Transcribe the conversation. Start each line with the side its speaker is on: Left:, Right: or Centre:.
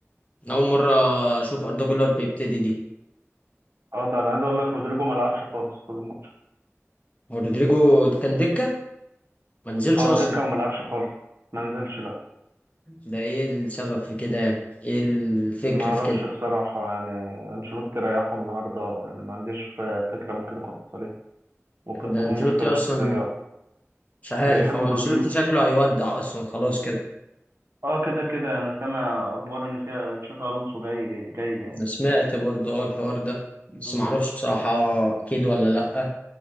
Left: انا اول مره اشوف اردا جولر بيبتدي دي
Right: اه ده انا عايز اقول لك رودريجو ما لعبش خالص طول الماتش
Left: هو رودريجو كان دكه ما نزلش
Right: اه
Left: اصلا
Right: دكة وما لعبش خالص ما نزلش لا
Left: ده ايه السبب في كده يعني ايه الفكر
Right: ما اعرفش
Left: في كده
Right: بصراحة يعني انشيلوتي ريحه النهارده يعني ما عنديش ف- فكرة ممكن يكون حصل ايه وقد
Left: وده
Right: تكون
Left: انشيلوتي
Right: مشكلة شخصية
Left: اصلا مش عارف
Right: بيحب
Left: هو
Right: رودريجو
Left: انشيلوتي شكله هيودع اصلا خلاص كده
Right: اه كده كده انا سامع اخبار ان فيها تشافي الونسو جاي جاي يعني
Left: انا سمعت برضو اه الحوار ده
Right: مم.
Left: بس معرفش بصراحه اكيد ولا لا